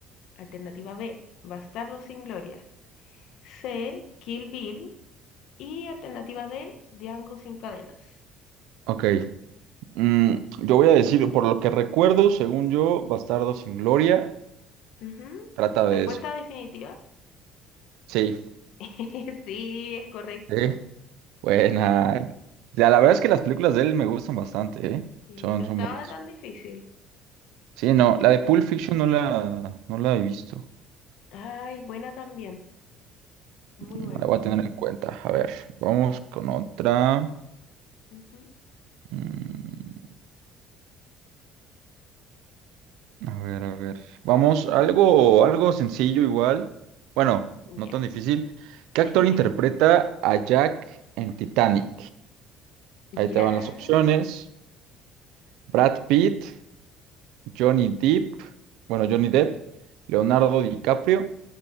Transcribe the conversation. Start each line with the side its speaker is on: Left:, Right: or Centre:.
Left: Alternativa B, Bastardo sin Gloria. C, Kill Bill. Y alternativa D, Django sin cadenas.
Right: ok. Mm, yo voy a decir, por lo que recuerdo, según yo, Bastardo sin Gloria,
Left: Ujú.
Right: trata
Left: Respuesta
Right: de eso.
Left: definitiva.
Right: Sí,
Left: <laughs> Sí, es correcto.
Right: Sí. Buena. La, la verdad es que las películas de él me gustan bastante, ¿eh?
Left: Y
Right: Son,
Left: no
Right: son
Left: estaba
Right: buenas.
Left: tan difícil.
Right: Sí, no, la de Pulp Fiction no la, no la he visto.
Left: Ah, es buena también. Muy
Right: Mm,
Left: buena.
Right: La voy a tener en cuenta. A ver, vamos con otra.
Left: Ujú.
Right: Mm, a ver, a ver. Vamos, algo, algo sencillo igual. Bueno, no
Left: Ya.
Right: tan difícil. ¿Qué
Left: <laughs>
Right: actor interpreta a Jack en Titanic?
Left: Ya.
Right: Ahí te van las opciones. Brad Pitt, Johnny Depp, bueno, Johnny Depp, Leonardo DiCaprio